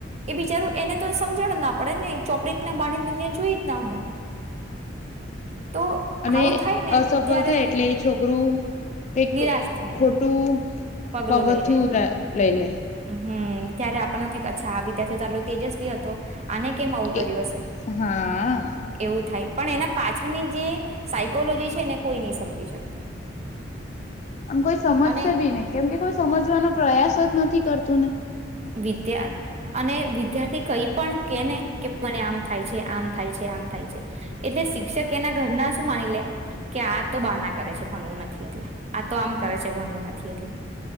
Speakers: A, on the right; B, on the left.
A: એ બિચારું એને તો સમજણ જ ના પડે ને ચોપડીના બાણી દુનિયા જોઈ જ ના હોય તો
B: અને
A: આવું થાય ને
B: અસફળ
A: ત્યારે
B: થાય એટલે એ છોકરું કઈક
A: નિરાશ થઈ જાય
B: ખોટું
A: પગલું
B: પગથયું
A: લઈ લે
B: લઈ લલે
A: હમ ત્યારે આપણને ક અચ્છા આ વિદ્યાર્થીઓ તો આટલો તેજસવીી હતો આને કેમ આવું કર્યું
B: એ
A: હશે
B: હા
A: એવું થાય પણ એના પાછળની જે સાયકોલોજી છે એને કોઈ નહી સમજી શકતું
B: અને કોઈ સમજશે
A: અને
B: બી નહી કેમ કે કોઈ સમજ નો પ્રયાસ નથી કરતું ને
A: વિદ્યા અને વિદ્યાર્થી કઈ પણ કેને કે મને આમ થાય છે આમ થાય છે આમ થાય છે એટલે શિક્ષક એના ઘર ના શું માની લે હા કે આ તો બાહના કરે છે ભણવું નથી એટલે આ તો આમ કરે છે ભણવું નથી એટલે